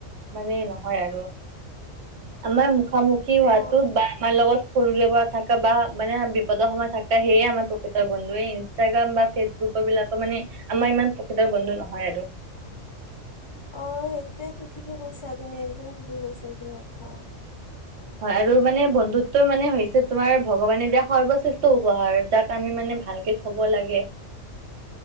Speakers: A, on the right (about 60°); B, on the left (about 45°).
A: মানে নহয় আৰু আমাৰ মুখামুখি হোৱাতো
B: অ
A: বা আমাৰ লগত সৰুৰে পৰা থকা বা মানে বিপদৰ সময় থাকে, সেয়ে আমাৰ প্ৰকৃতৰ বন্ধু, ইনষ্টাগ্ৰাম বা ফেচবুকৰ বিলাক মানে আমাৰ ইমান প্ৰকৃত বন্ধু নহয় আৰু।
B: অ, সেইটোয়েতো, ঠিকে কৈছা, তুমি একদম ঠিকে কৈছা এইটো কথা।
A: হয় আৰু মানে বন্ধুত্ব মানে হৈছে, তোমাৰ ভগৱানে দিয়া সৰ্বশ্ৰেষ্ঠ উপহাৰ যাক আমি মানে, ভালকে থব লাগে।